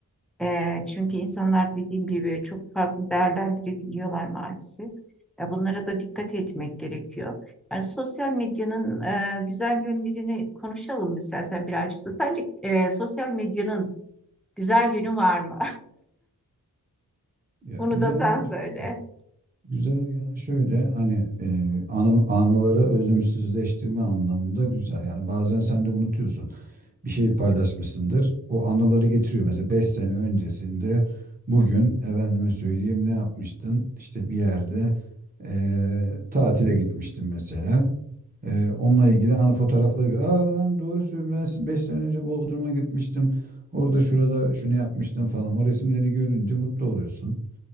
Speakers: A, in the centre; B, on the right.
A: E, çünkü insanlar dediğim gibi çok farklı değerlendirebiliyorlar maalesef. E, bunlara da dikkat etmek gerekiyor. Yani sosyal medyanın e, güzel yönlerini konuşalım istersen birazcık da. Sence e, sosyal medyanın güzel yönü var mı? <laughs>
B: Ya
A: Bunu
B: güzel
A: da sen
B: yanı
A: söyle.
B: şöyle, güzel yanı şöyle hani e, anıl- anıları özümsüzleştirme anlamında güzel. Yani bazen sen de unutuyorsun. bir şey paylaşmışsındır. O anıları getiriyor. Mesela 5 sene öncesinde bugün efendime söyleyeyim ne yapmıştın? İşte bir yerde eee, tatile gitmiştin mesela. Eee, onunla ilgili anı fotoğrafları gör. Aa lan doğru söylüyorsun ben 5 sene önce Bodrum'a gitmiştim. Orada şurada şunu yapmıştım falan. O resimleri görünce mutlu oluyorsun.